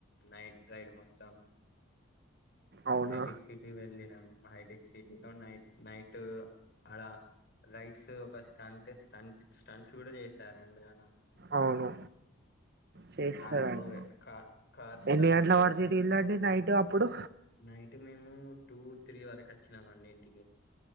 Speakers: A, on the left; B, on the right.
A: నైట్ రైడ్ మొత్తం
B: అవునా
A: హైటెక్ సిటీ వెళ్ళినం హైటెక్ సిటీలో నైట్ నైట్ ఆడ రైడ్స్ ఒక స్టంట్ స్టంట్ స్టంట్స్ కూడా చేసారండి ఆడ
B: అవును చేస్తారండి
A: కార్లువే క కార్ స్టంట్స్
B: ఎన్ని గంటల వరకు
A: అన్నీ
B: తిరిగిలండి నైట్ అప్పుడు
A: నైట్ మేము టూ త్రీ వరకచ్చినమండి ఇంటికి